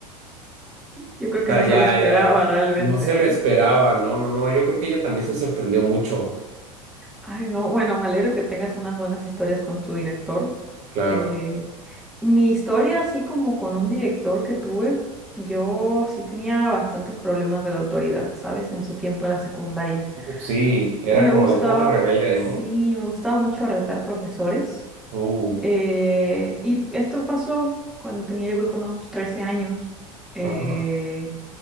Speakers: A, in the centre; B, on the right.
A: Yo creo
B: O
A: que no
B: sea, ya,
A: se lo esperaba
B: ya, ya.
A: realmente,
B: No se la esperaba,
A: ¿eh?
B: no, no, no. Yo creo que ella también se sorprendió mucho,
A: Ay, no, bueno, me alegro que tengas unas buenas historias con tu director.
B: claro.
A: eh Mi historia, así como con un director que tuve, yo sí tenía bastantes problemas de la autoridad, ¿sabes? En su tiempo en la secundaria.
B: Uh, Sí, era
A: Me
B: como
A: gustaba,
B: la época rebelde,
A: sí,
B: ¿no?
A: me gustaba mucho retar profesores.
B: Uh,
A: eh, y esto pasó cuando tenía yo creo que unos 13 años. Eh,
B: ajá.